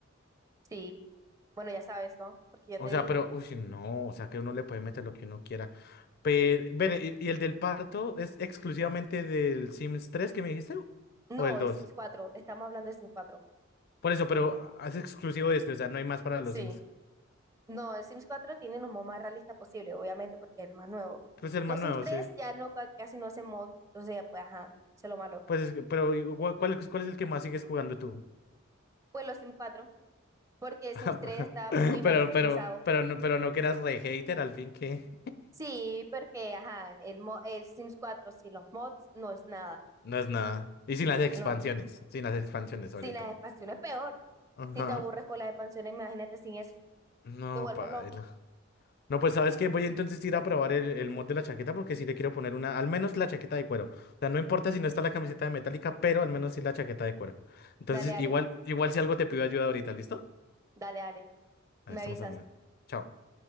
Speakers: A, on the right; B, on the left.
A: Sí, bueno, ya sabes, ¿no? Porque yo
B: O
A: te
B: sea,
A: dije.
B: pero, uy, sí, no, o sea que uno le puede meter lo que uno quiera. Pero, ven, ¿y, y el del parto es exclusivamente del Sims 3 que me dijiste?
A: No,
B: ¿O del dos
A: es Sims 4, estamos hablando de Sims 4.
B: Por eso, pero ah, es exclusivo de este, o sea, no hay más para
A: Sí,
B: los Sims.
A: no, el Sims 4 tiene los mods más realistas posible, obviamente, porque es el más nuevo.
B: Pues el
A: Los
B: más nuevo,
A: Sims 3
B: sí.
A: ya no, ca- casi no hacen mod, entonces, pues, ajá, eso es lo malo.
B: Pues, es que- pero, ¿y cu- ¿cuál, es- cuál es el que más sigues jugando tú?
A: Pues los Sims 4, porque el
B: <laughs>
A: Sims 3 está muy
B: Pero,
A: mal optimizado.
B: pero, pero no, pero no que eras re hater, al fin que
A: Sí, porque, ajá, el, mo- el Sims 4 sin los mods no es nada.
B: no es nada. Y sin las expansiones,
A: No,
B: sin las expansiones
A: sin
B: sobre
A: las
B: todo.
A: expansiones peor.
B: Ajá.
A: Si te aburres con las expansiones, imagínate sin eso,
B: No,
A: te vuelves
B: padre.
A: loco.
B: No, pues sabes que voy entonces a ir a probar el, el mod de la chaqueta porque sí le quiero poner una, al menos la chaqueta de cuero. O sea, no importa si no está la camiseta de metálica, pero al menos sí la chaqueta de cuero. Entonces,
A: Dale, dale,
B: igual, igual si algo te pido ayuda ahorita, ¿listo?
A: dale, dale,
B: Ahí
A: me
B: estamos
A: avisas.
B: hablando. Chao.